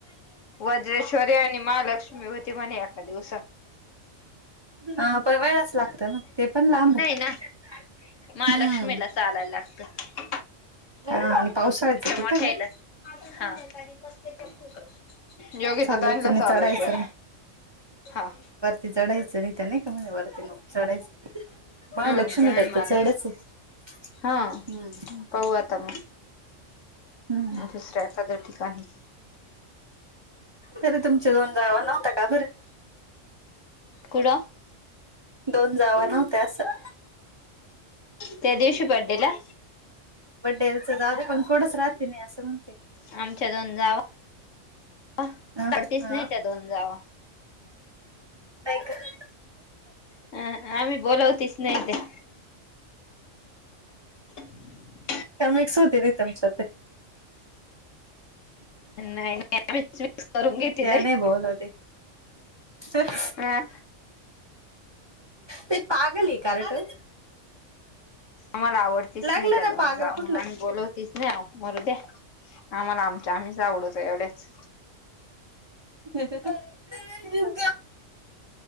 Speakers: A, on the left (about 75°); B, on the right (about 25°).
A: वज्रेश्वरी आणि महालक्ष्मी होती म्हण ए दिवसा
B: हा वेळच लागत ना ते पण लांब आहे
A: ना महालक्ष्मीला
B: हम्म
A: चालायला लागतं
B: हा आणि पावसायचं कुठं
A: मोठ्याला
B: का
A: <inaudible> योग्य
B: चालायचं
A: तर तला
B: नाही
A: चालायचं
B: चढायचं
A: हा
B: ते चढायच त्याने म्ह च म
A: हा
B: लक्षमीटात
A: ते म्हणे मला
B: तर चढच आहे
A: हा
B: हम्
A: पाहू आता मग
B: हम्म
A: दुसऱ्या एखाद्या ठिकाणी
B: तरी तुमच्या दोन जावां नव्हता का बरं
A: कुठ
B: दोन जाव नव्हत्या सं
A: त्या दिवशी बंडेला
B: बडडे च जावुदे पण कोडस राहातीन अ असं म्हणते
A: आमच्या दोन जावा आ
B: ह
A: पडतीस
B: हा
A: नाही त्या दोन जावा
B: लाईकन
A: अ अ आम्ही बोलावतीस नाही त्या ठु ठु
B: आ म्हीही सुूतीली ताच्या
A: नाही आम्हीच मिक्स करून घेतली
B: त्या नाही बोलोल होते तेच
A: नाही.
B: ते पागल कारे तो
A: मला आवडतीच
B: लागलं
A: नाही त्या
B: ना
A: दोन
B: पागल
A: ग
B: कुठलं
A: आणि बोलवतीच माव मरुदे आम्हाला आमच्या आम्हीच आवडत आहे एवढ्याच
B: येत्या का ऐ यु